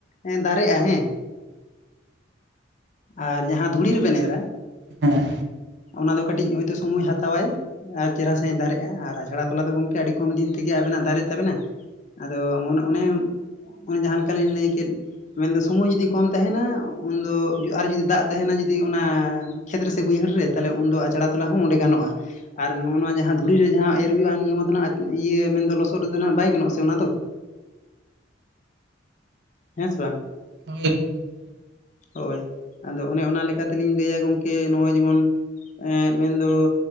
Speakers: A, on the left (about 40°); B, on the right (about 60°).
A: ᱮᱸ ᱫᱟᱨᱮᱜ-ᱟ ᱦᱮᱸ ᱟᱨ ᱡᱟᱦᱟᱸ ᱫᱷᱩᱲᱤ ᱨᱮᱵᱮᱱ ᱮᱨᱟ
B: ᱦᱮᱸ ᱾
A: ᱚᱱᱟ ᱫᱚ ᱠᱟᱹᱴᱤᱡ ᱦᱳᱭᱛᱳ ᱥᱚᱢᱚᱭ ᱦᱟᱛᱟᱣᱟᱭ ᱟᱨ ᱪᱮᱨᱦᱟ ᱥᱟᱹᱦᱤᱡ ᱫᱟᱨᱮᱜ-ᱟ, ᱟᱨ ᱟᱪᱷᱲᱟ ᱛᱚᱞᱟ ᱫᱚ ᱜᱚᱢᱠᱮ ᱟᱹᱰᱤ ᱠᱚᱢ ᱫᱤᱱ ᱛᱮᱜᱮ ᱟᱵᱮᱱᱟᱜ ᱫᱟᱨᱮᱜ ᱛᱟᱵᱮᱱᱟ ᱟᱫᱚ ᱚᱱ ᱚᱱᱮ ᱚᱱᱮ ᱡᱟᱦᱟᱸ ᱞᱮᱠᱟᱞᱤᱧ ᱞᱟᱹᱭ ᱠᱮᱫ ᱢᱮᱱᱫᱚ ᱥᱚᱢᱚᱭ ᱡᱩᱫᱤ ᱠᱚᱢ ᱛᱟᱦᱮᱱᱟ ᱩᱱᱫᱚ ᱟᱨ ᱡᱩᱫᱤ ᱫᱟᱜ ᱛᱟᱦᱮᱱᱟ ᱡᱩᱫᱤ ᱚᱱᱟ ᱠᱷᱮᱛ ᱨᱮ ᱥᱮ ᱵᱟᱹᱭᱦᱟᱹᱲ ᱨᱮ ᱛᱟᱦᱚᱞᱮ ᱩᱱᱫᱚ ᱟᱪᱷᱲᱟ ᱛᱚᱞᱟ ᱦᱚᱸ ᱚᱸᱰᱮ ᱜᱟᱱᱚᱜ-ᱟ, ᱟᱨ ᱱᱚᱜ-ᱱᱚᱣᱟ ᱡᱟᱦᱟᱸ ᱫᱷᱩᱲᱤ ᱨᱮ ᱡᱟᱦᱟᱸ ᱮᱨ ᱦᱩᱭᱩᱜ-ᱟ ᱱᱤᱭᱟᱹ ᱢᱟᱛᱚ ᱱᱟᱜ ᱤᱭᱟᱹ ᱢᱮᱱᱫᱚ ᱞᱚᱥᱚᱫ ᱨᱮᱫᱚ ᱱᱟᱦᱟᱜ ᱵᱟᱭ ᱜᱟᱱᱚᱜ-ᱟ ᱥᱮ ᱚᱱᱟ ᱫᱚ ᱦᱮᱸ ᱥᱮ ᱵᱟᱝ ᱾
B: <unintelligible>
A: ᱦᱳᱭ ᱟᱫᱚ ᱚᱱᱮ ᱚᱱᱟ ᱞᱮᱠᱟ ᱛᱮᱞᱤᱧ ᱞᱟᱹᱭᱟ ᱜᱚᱝᱠᱮ ᱱᱚᱜ-ᱚᱭ ᱡᱮᱢᱚᱱ ᱮᱸ ᱢᱮᱱᱫᱚ